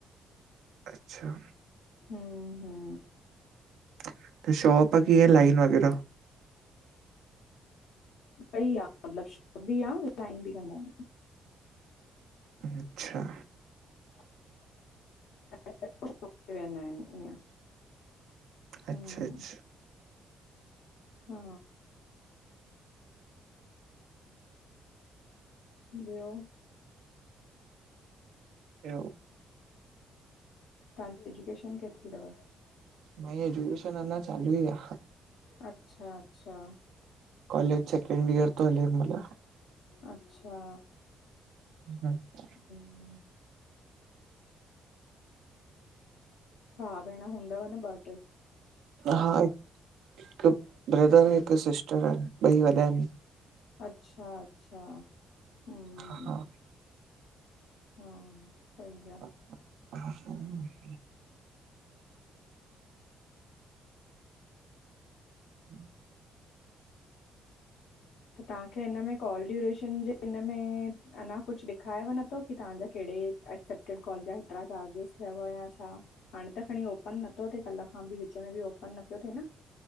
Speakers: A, on the right; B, on the left.
A: अच्छा
B: हम्म-हम्म
A: त शॉप, की ईअं लाइन वग़ैरह?
B: ॿई आह मतलब शॉप बि आ लाइन बि कंदा आहिनि।
A: अच्छा
B: <unintelligible> वेंदा आहिनि ईअं हम्म
A: अच्छा -अच्छा
B: हा ॿियो?
A: ॿियो
B: तव्हांजी एजुकेशन केतिरी तव?
A: मांजी एजुकेशन अञा चालू ई आ।
B: अच्छा -अच्छा।
A: कॉलेज सेकंड इयर तो हले हिमल।
B: अच्छा
A: हम्म <inaudible>
B: हम्म भा भेण हूंदव न ॿ, ट्रे?
A: हा हिकु ब्रदर हिकु सिस्टर आहिन ॿई वॾा आहिनि।
B: अच्छा अच्छा हम्म
A: हा।
B: हा, सही आ।
A: <inaudible> <inaudible>
B: त तव्हांखे हिन में कॉल ड्यूरेशन जे हिन में अञा कुछ ॾेखारेवञ नथो की तव्हांजा कहिड़े ऐक्सेप्टेड कॉल जा हेतिरा चार्जेसी थियव या छा? हाणे त खणी ओपन नथो थिए कल्ह खां बि विच में बि ओपन न पियो थिए न।